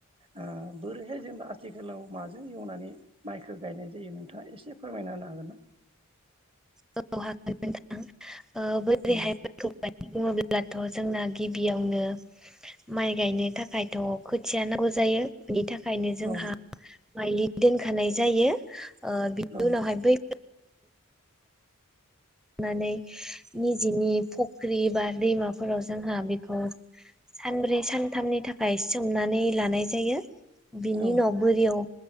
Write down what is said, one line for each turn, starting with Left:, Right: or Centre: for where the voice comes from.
Right: ओ बोरैहाय जेनेबा आथिखालाव माजों एवनानै माइखौ गायनाय जायो नोंथाङा एसे फोरमायना होनो हागोन ना?
Centre: औ हागोन नोंथां ओ बोरैहाय
Right: औ
Centre: बेखौ बुङोब्लाथ' जोंना गिबियावनो माइ गायनो थाखायथ' खोथिया नांगौ जायो। बिनि थाखायनो जोंहा
Right: औ
Centre: माइलि दोनखानाय जायो। ओ बिनि
Right: औ
Centre: उनावहाय बै <unintelligible> निजेनि फख्रि बा दैमाफोराव जोंहा बेखौ सानब्रै सानथामनि थाखाय सोमनानै लानाय जायो। बिनि
Right: औ
Centre: उनाव बोरियाव